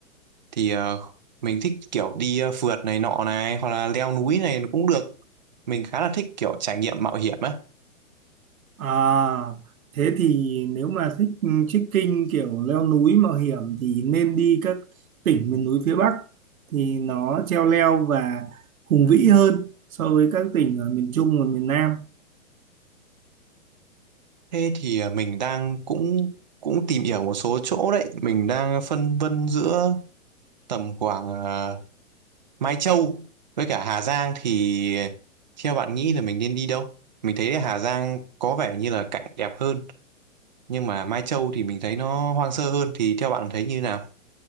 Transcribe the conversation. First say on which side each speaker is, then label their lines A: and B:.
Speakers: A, on the right (about 35°); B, on the right (about 80°).
A: thì ờ, mình thích kiểu đi ờ, phượt này nọ này, hoặc là leo núi này cũng được. Mình khá là thích kiểu trải nghiệm mạo hiểm á.
B: À, thế thì nếu mà thích ừ, trekking kiểu leo núi mạo hiểm thì nên đi các tỉnh miền núi phía Bắc thì nó treo leo và hùng vĩ hơn so với các tỉnh ở miền Trung và miền Nam.
A: Thế thì ờ, mình đang cũng cũng tìm hiểu một số chỗ đấy, mình đang phân vân giữa tầm khoảng ờ, Mai Châu với cả Hà Giang thì theo bạn nghĩ là mình nên đi đâu? Mình thấy là Hà Giang có vẻ như là cảnh đẹp hơn nhưng mà Mai Châu thì mình thấy nó hoang sơ hơn thì theo bạn thấy như nào?